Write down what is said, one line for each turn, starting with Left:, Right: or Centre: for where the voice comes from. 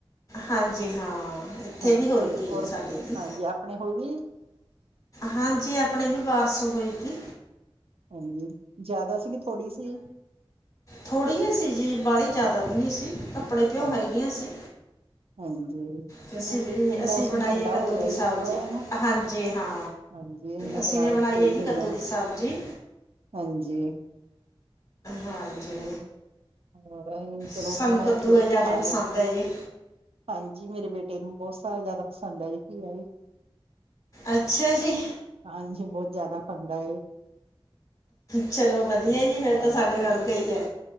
Left: ਹਾਂਜੀ ਹਾਂ ਇੱਥੇ
Right: ਹਾਂਜੀ
Left: ਵੀ ਹੋਈ
Right: -ਹੋਰ,
Left: ਤੀ ਜੀ ਸਾਡੇ ਜੀ
Right: ਹਾਂਜੀ ਅਪਣੇ ਹੋ ਗੀ।
Left: ਹਾਂਜੀ ਅਪਣੇ ਵੀ ਬਾਰਿਸ਼ ਹੋਈ ਤੀ।
Right: ਹਾਂਜੀ, ਜਾਦਾ ਸੀਗੀ ਥੋੜੀ ਸੀ?
Left: ਥੋੜੀ ਹੀ ਸੀਗੀ ਬਾੜੀ ਜਾਦਾ ਵੀ ਨੀ ਸੀ, ਕੱਪੜੇ ਤੇ ਓ
Right: ਹਾਂਜੀ
Left: ਹੈਗੀਆਂ ਸੀ।
Right: ਹਾਂਜੀ। ਚਲੋ
Left: ਤੇ ਅਸੀਂ ਵੀ
Right: ਹੁਨ
Left: ਅਸੀਂ
Right: ਮੌਸਮ
Left: ਬਣਾਈ
Right: ਠੰਡਾ
Left: ਹੈ ਕੱਦੂ
Right: ਹੋ ਗਿਆ
Left: ਦੀ
Right: ਜੀ
Left: ਸਬਜ਼ੀ
Right: ਥੋੜਾ ਜਿਆ ਨਾ।
Left: ਹਾਂਜੀ ਹਾਂ
Right: ਹਾਂਜੀ। ਵੀ ਇੰਨੇ
Left: ਅਸੀਂ
Right: ਕ ਨਾਲ
Left: ਨੇ ਬਣਾਈ
Right: ਟ ਕਈ
Left: ਹੈ ਜੀ
Right: ਹੋ
Left: ਕੱਦੂ
Right: ਜਾਨ,
Left: ਦੀ ਸਬਜ਼ੀ
Right: ਹਾਂਜੀ।
Left: ਹਾਂਜੀ।
Right: ਹੋਰ ਐਹੀ ਚਲੋ
Left: ਸਾਨੂੰ
Right: ਬਣਾਈ
Left: ਕੱਦੂ
Right: ਤੇ ਐ
Left: ਹੈ
Right: ਨਾ,
Left: ਜ਼ਿਆਦਾ
Right: ਖਾ
Left: ਪਸੰਦ
Right: ਲੈਣ
Left: ਹੈ ਜੀ
Right: ਹਾਂਜੀ ਮੇਰੇ ਬੇਟੇ ਨੂੰ ਬਹੁਤ ਸਾਰਾ ਜਾਦਾ ਪਸੰਦ ਐ ਜੀ ਘੀਆ ਜੀ।
Left: ਅੱਛਾ ਜੀ।
Right: ਹਾਂਜੀ, ਬੋਤ ਜਾਦਾ ਖਾਂਦਾ ਏ।
Left: ਚਲੋ ਵਧੀਆ ਏ ਜੀ, ਫੇਰ
Right: ਹਾਂ
Left: ਤਾਂ ਸਾਡੇ ਵਰਗਾ ਈ ਐ।